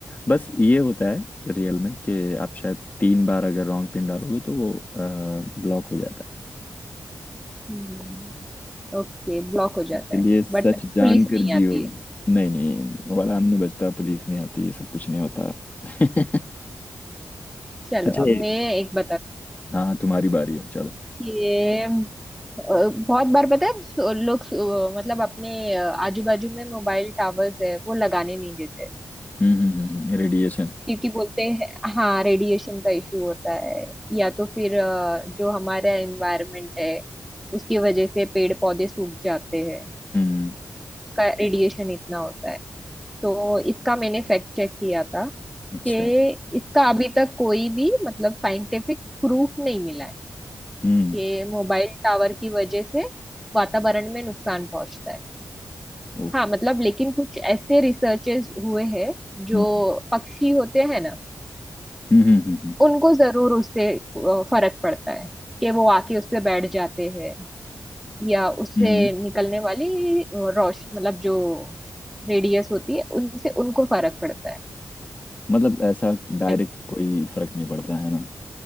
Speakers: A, on the left; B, in the centre.
A: बस ये होता है रियल में कि आप शायद तीन बार अगर रॉन्ग पिन डालोगे तो वो ब्लॉक हो जाता है
B: हम्म ओके ब्लॉक हो जाता
A: इसलिए
B: है बट
A: सच जान
B: पुलिस
A: कर
B: नहीं
A: जियो
B: आती है
A: नहीं नहीं नहीं वो अलार्म नहीं बजता पुलिस नहीं आती ये सब कुछ नहीं होता <laughs>
B: चलो
A: अच्छा
B: अब
A: ये-
B: मैं एक बताती
A: हाँ तुम्हारी बारी है चलो
B: ये अ, बहुत बार पता है लोग अ, मतलब अपने आजू बाजू में मोबाइल टावर्स है वो लगाने नहीं देते
A: हम्म रेडिएशन
B: क्योंकि बोलते हैं हाँ रेडिएशन का इशू होता है या तो फिर अ, जो हमारा एनवायरनमेंट है उसकी वजह से पेड़ पौधे सूख जाते हैं
A: हम्म हम्म, radiation, हम्म,
B: उसका रेडिएशन इतना होता है तो इसका मैंने फैक्ट चेक किया था
A: अच्छा
B: कि इसका अभी तक कोई भी मतलब साइंटिफिक प्रूफ नहीं मिला है
A: हम्म
B: कि मोबाइल टावर की वजह से वातावरण में नुकसान पहुंचता है
A: ओ
B: हाँ मतलब लेकिन कुछ ऐसे रिसर्चेस हुए हैं जो
A: हम्म
B: पक्षी होते हैं ना
A: हम्म हम्म हम्म हम्म,
B: उनको जरूर उससे अ, फर्क पड़ता है कि वो आके उस पे बैठ जाते हैं या उससे
A: हम्म,
B: निकलने वाली रोश मतलब जो रेडियस होती है उनसे उनको फर्क पड़ता
A: मतलब ऐसा डायरेक्ट
B: है
A: कोई फर्क नहीं पड़ता है ना